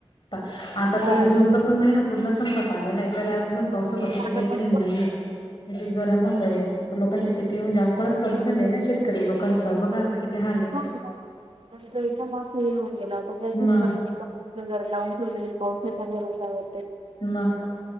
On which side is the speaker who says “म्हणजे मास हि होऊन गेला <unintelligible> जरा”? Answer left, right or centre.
Right